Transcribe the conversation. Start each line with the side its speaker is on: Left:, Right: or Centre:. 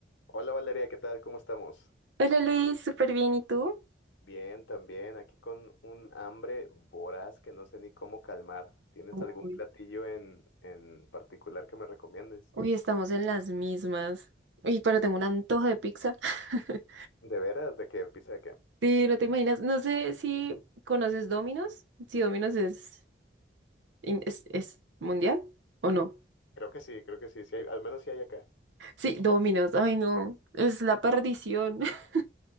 Left: Hola Valeria, ¿qué tal? ¿Cómo estamos?
Right: Hola Luis, súper bien, ¿y tú?
Left: Bien, también, aquí con un hambre voraz que no sé ni cómo calmar. ¿Tienes
Right: Uy.
Left: algún platillo en, en particular que me recomiendes?
Right: Uy, estamos en las mismas. Uy, pero tengo un antojo de pizza. <laughs>
Left: ¿De veras? ¿De qué? ¿Pizza de qué?
Right: Sí, no te imaginas. No sé si conoces Domino's, si Domino's es, in- es, es mundial o no.
Left: Creo que sí, creo que sí, sí hay, al menos sí hay acá.
Right: Sí, Domino's, ay no, es la perdición. <laughs>